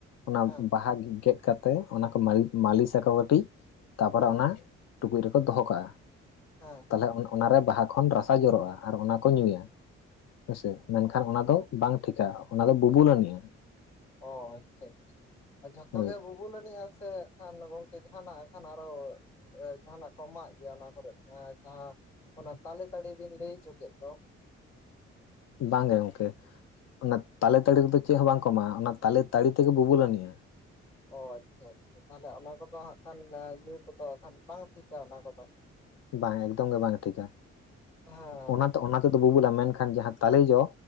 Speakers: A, on the left; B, on the left.
A: ᱚᱱᱟ
B: ᱦᱮᱸ
A: ᱵᱟᱦᱟ ᱜᱮᱫ ᱠᱟᱛᱮ ᱚᱱᱟ ᱠᱚ ᱢᱟᱞᱤ ᱢᱟᱞᱤᱥᱟᱠᱚ ᱠᱟᱴᱤᱡ ᱛᱟᱯᱚᱨᱮ
B: ᱦᱮᱸ
A: ᱚᱱᱟ ᱴᱩᱠᱩᱡ ᱨᱮᱠᱚ ᱫᱚᱦᱚ ᱠᱟᱜ-ᱟ᱾
B: ᱦᱮᱸ
A: ᱛᱟᱞᱦᱮ ᱟᱱ ᱚᱱᱟᱨᱮ ᱵᱟᱦᱟ ᱠᱷᱚᱱ ᱨᱟᱥᱟ ᱡᱚᱨᱚᱜ-ᱟ ᱟᱨ ᱚᱱᱟ ᱠᱚ ᱧᱩᱭᱟ ᱦᱮᱸᱥᱮ, ᱢᱮᱱᱠᱷᱟᱱ
B: ᱚ
A: ᱚᱱᱟ
B: ᱦᱮᱸ
A: ᱫᱚ ᱵᱟᱝ ᱴᱷᱤᱠᱟ ᱚᱱᱟ ᱫᱚ ᱵᱩᱵᱩᱞ‌‌ ᱟᱹᱱᱤᱡ-ᱟ᱾
B: ᱚ ᱟᱪᱪᱷᱟ ᱟᱪᱪᱷᱟ ᱡᱷᱚᱛᱚ
A: ᱦᱳᱭ
B: ᱜᱮ ᱵᱩ ᱵᱩᱞ ᱟᱱᱤᱡ ᱟ ᱥᱮ ᱮᱠᱷᱟᱱ ᱜᱚᱝᱠᱮ ᱡᱟᱦᱟᱱᱟᱜ ᱮᱱᱠᱷᱟᱱ ᱟᱨᱚ ᱮ ᱡᱟᱦᱟᱸᱱᱟᱜ ᱠᱚ ᱢᱟᱜ ᱜᱮᱭᱟ ᱚᱱᱟ ᱠᱚᱨᱮᱜ ᱡᱟᱦᱟᱸ ᱚᱱᱟ ᱛᱟᱞᱮ ᱛᱟᱹᱲᱤ ᱵᱤᱱ ᱞᱟᱹᱭ ᱚᱪᱚ ᱠᱮᱫ ᱫᱚ
A: ᱵᱟᱝ ᱜᱮ ᱜᱚᱝᱠᱮ ᱚᱱᱟ ᱛᱟᱞᱮ ᱛᱟᱹᱲᱤ ᱨᱮᱫᱚ ᱪᱮᱫ ᱦᱚᱸ ᱵᱟᱝ ᱠᱚ ᱮᱢᱟᱜ-ᱟ ᱚᱱᱟ ᱛᱟᱞᱮ ᱛᱟᱹᱲᱤ ᱛᱮᱜᱮ ᱵᱩᱵᱩᱜᱩᱞ ᱟᱹᱱᱤᱡᱜ-ᱟ᱾
B: ᱚ ᱟᱪᱪᱷᱟ ᱟᱪᱪᱷᱟ ᱛᱟᱦᱞᱮ ᱚᱱᱟ ᱠᱚᱫᱚ ᱦᱟᱜ ᱠᱷᱟᱱ ᱟ ᱧᱩ ᱠᱚᱫᱚ ᱠᱷᱟᱱ ᱵᱟᱝ ᱴᱷᱤᱠᱟ ᱚᱱᱟ ᱠᱚᱫᱚ᱾
A: ᱵᱟᱝ ᱮᱠᱫᱚᱢ ᱜᱮ ᱵᱟᱝ ᱴᱷᱤᱠᱟ
B: ᱦᱮᱸ
A: ᱚᱱᱟᱛᱮ ᱚᱱᱟ ᱛᱮᱫᱚ ᱵᱩᱵᱩᱞᱟ ᱢᱮᱱᱠᱷᱟᱱ ᱡᱟᱦᱟᱸ ᱛᱟᱞᱮ ᱡᱚ